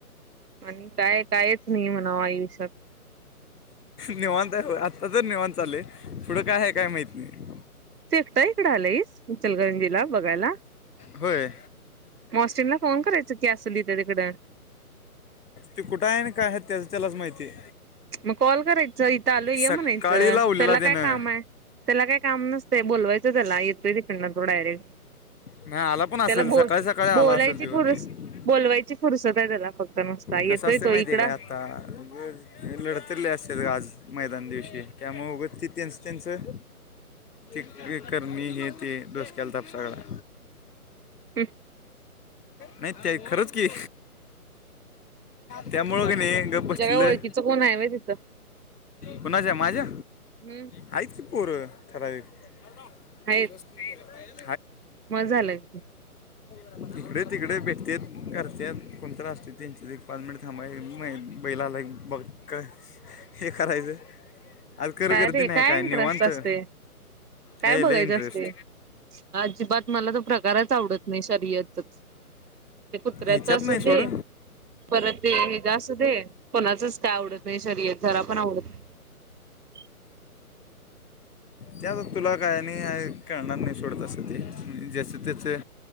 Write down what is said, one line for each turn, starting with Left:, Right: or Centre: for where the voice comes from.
Right: आणि काय कायच नाही म्हण आयुष्य
Left: निवांतय बग आता निवांत चालय पुढं काय आहे काय माहित नाही.
Right: तू एकटा इकडं आलंयस इचलकरंजीला बघायला?
Left: होय
Right: ऑस्टिनला फोन करायच की असल तिकडं.
Left: ते कुठं आहे आणि काय आहेत त्याच त्यालाच माहितीय.
Right: मग कॉल करायचं इथं आलो ये
Left: सकाळी
Right: म्हणायचं
Left: लावलेला
Right: त्याला
Left: देणं
Right: काय काम आहे. त्याला काय काम नसतंय बोलवायचं त्याला येतोय तिकंडन तो डायरेक्ट.
Left: नाही आला पण असेल
Right: त्याला बोल
Left: सकाळी सकाळी आला
Right: बोलायची
Left: असेल ते होते
Right: फुरस बोलवायची फुरसत आहे त्याला फक्त. नुसता येतोय
Left: कसं असतय
Right: तो
Left: माहिती
Right: इकडं
Left: आहे काय आता लढत उतरले अस आज मैदान दिवशी त्यामुळ उगच ती त्यांचं त्यांचं ते एक. कर मी हे ते डोसक्याला ताप सगळा.
Right: ह.
Left: नाही ते खरच की. त्यामुळे. म हंगा
Right: तुझ्या
Left: बसलं.
Right: काय ओळखीचं कोण आहे व्हय तिथं
Left: कुणाच्या माझ्या
Right: हम्म
Left: आहेतच की पोर ठरावीक. <unintelligible>
Right: आहेत मग झालय.
Left: इकड तिकडे भेटत्यात करत्यात कोणतर असत्यात त्यांचे पाच मिनिट थांबा बैलाला. लाई बघ का हे करायचं. आज कर
Right: काय
Left: गर्दी
Right: रे
Left: नाही
Right: काय इंटरेस्ट
Left: निवांत
Right: असतय? काय
Left: हे
Right: बघायचं
Left: लय इंटरेस्ट
Right: असतय अजिबात मला तर प्रकारच आवडत नाही शर्यत. ते कुत्र्याच
Left: ह्याच्यात
Right: असू
Left: नाही सोड
Right: दे. परत ते हे ह्यज असुदे कोणाचच काय आवडत नाही शर्यत जरा पण आवडत नाही. <inaudible>
Left: त्या तुला काय नाही कळणार नाही सोडत अस ते जसे त्याचे